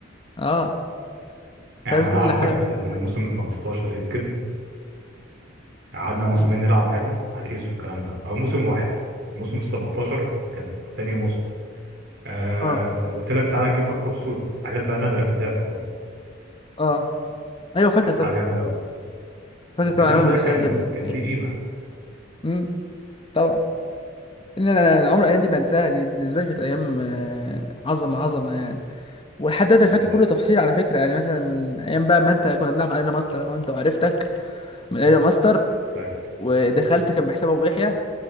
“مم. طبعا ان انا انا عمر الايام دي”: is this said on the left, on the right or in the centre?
Left